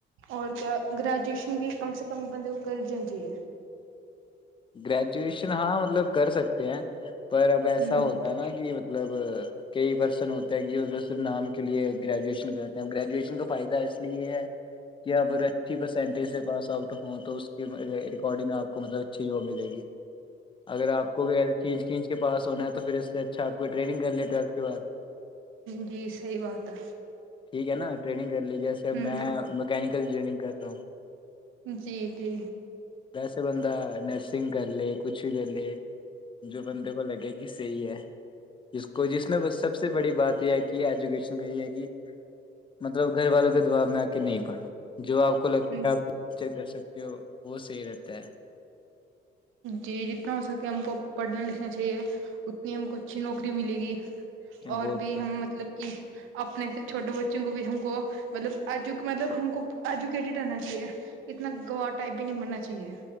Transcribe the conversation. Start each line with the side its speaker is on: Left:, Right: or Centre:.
Right: اور کیا گریجویشن بھی کم سے کم بند کو کر جا جاہیے
Left: گریجویشن ہاں مطلب کر سکتے ہیں پر اب ایسا
Right: ہ
Left: ہوتا ہے نا کہ مطلب کئی پرسن ہوتے ہیں کہ صرف نام کے لیے گریجویشن کرتے ہیں گریجویشن کا فائدہ اس لیے ہے کہ آپ اگر اچھی پرسینٹیج سے پاس آؤٹ ہوں تو اس کی ریکارڈنگ آپ کو مطلب اچھی وہ ملے گی اگر آپ کوچ کےچ کے پاس ہونا ہے تو پھر اس سے اچاپ کو ٹرین کر ل ویلت کے بد
Right: جی صحی بات ہے
Left: ٹھیک ہے نا ٹرینگ کر لیجیے
Right: ہ
Left: میں میکینیکل انجینئرگ رہا ہوں
Right: جی جی
Left: ویسے بندہ نرسنگ کر لے کچھ بھی کر لے جو بندے کو لگے گی یہ صحی ہے جس کو جس میں سب سے بڑی بات یہ ہے کہ ایجوکیشن کا یہ ہے کہ مطلب گھر والوں کے دباب میں آ کے نہیں پڑو جو آپ کو لگتا
Right: ہ
Left: ہے آپ چ کر سکتے ہو ہو سےےیرت ہے
Right: جی جتنا ہو سکے ہم کو پڑھنا لکھنا چاہیے اتنی ہم کو اچھی نوکری ملے گی اور
Left: وہ
Right: بھی
Left: تو
Right: ہم مطلب کہ اپنے چھوٹے بچوں کو بھی ہم کو مطلبجو مطلب ہم کو ایجوکیٹڈ رہنا چاہیے اتنا گواہ ٹائپ بھی نہیں بننا چاہیے